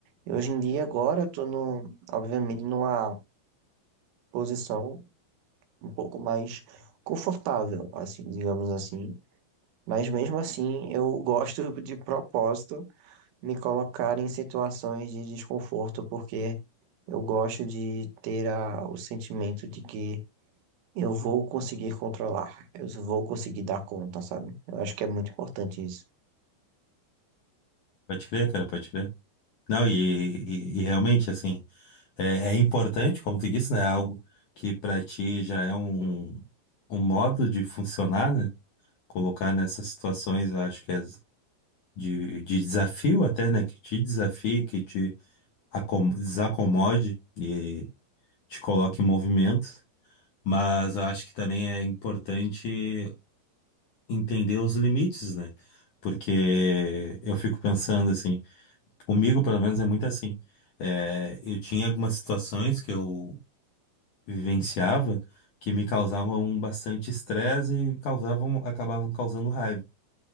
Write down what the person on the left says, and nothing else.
Pode crer, cara, pode crer. Não, e, e- e realmente, assim, é, é importante, como tu disse, né? é Algo que para ti já é um, um modo de funcionar, né? Colocar nessas situações, eu acho que é de, de desafio até, né? Que te desafie, que te acom- desacomode e te coloque em movimento. Mas eu acho que também é importante entender os limites, né? Porque eu fico pensando assim. Comigo, pelo menos, é muito assim. É, eu tinha algumas situações que eu vivenciava que me causavam bastante estresse e causavam, acabavam causando raiva.